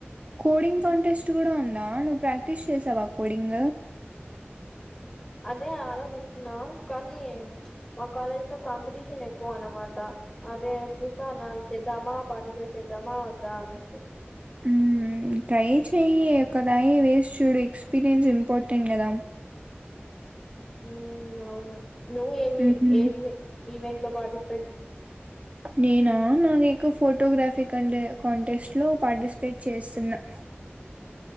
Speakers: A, on the right (about 30°); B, on the left (about 20°).
A: కోడింగ్ కాంటెస్ట్ కూడా ఉందా నువ్వు ప్రాక్టీస్ చేసావా కోడింగ్
B: అదే ఆలోచిస్తున్నాం కానీ మా కాలేజ్ లో కాంపిటీషన్ ఎక్కువ అన్నమాట అదే చూశాను <inaudible> ద్దామా పార్టిసిపేట్ చేద్దామా వద్దా అనేసి
A: ఉమ్మ్ ట్రై చెయ్యి ఒకరాయి వేసి చూడు ఎక్స్పీరియన్స్ ఇంపార్టెంట్ కదా
B: ఉమ్మ్ అవును నువ్వు ఏవి
A: ఉహు
B: ఏవి ఈవెన్ లో పార్టిస్
A: నేనా నాకిక ఫో టోగ్రాఫీ కంటె కాంటెస్ట్ లో పార్టిసిపేట్ చేస్తున్నా